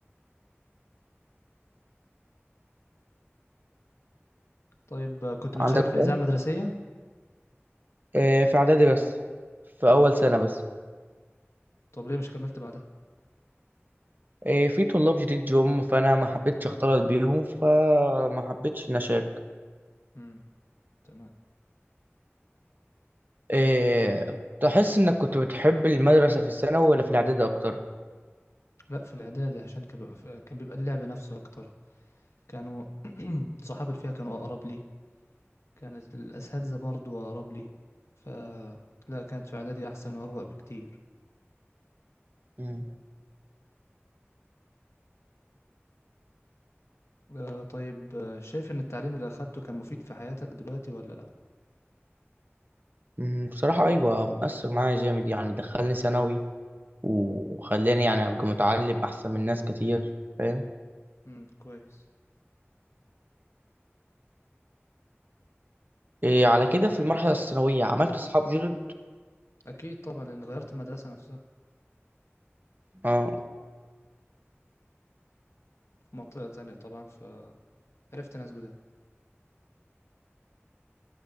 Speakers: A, on the left; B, on the right.
A: طيب آه، كنت بتشارك
B: عندك
A: في
B: سؤال؟
A: الإذاعة المدرسية
B: آه، في إعدادي بس في أول
A: مم.
B: سنة بس
A: طب ليه مش كملت بعدها
B: إيه، في طلاب جديد جم فانا ما حبيتش اختلط بيهم فما حبيتش ان اشارك
A: مم. تمام
B: إيه، تحس انك كنت بتحب المدرسة في الثانوي ولا في الاعدادي اكتر
A: لا في الإعدادي عشان كان بيبقى كان بيبقى اللعب نفسه أكتر كانوا صحابي اللي فيها كانوا أقرب لي كانت الأساتذة برضو أقرب لي ف لا كانت في إعدادي أحسن وأروق بكتير
B: مم.
A: آه، طيب آه، شايف إن التعليم اللي أخدته كان مفيد في حياتك دلوقتي ولا لأ؟
B: مم، بصراحة ايوه مؤثر معايا جامد يعني دخلني ثانوي وخلاني يعني ابقى متعلم احسن من ناس كتير فاهم
A: امم كويس
B: إيه، على كده في المرحلة الثانوية عملت اصحاب جدد
A: أكيد طبعا لأن غيرت المدرسة نفسها
B: اه
A: في منطقة تانية طبعا فعرفت ناس جداد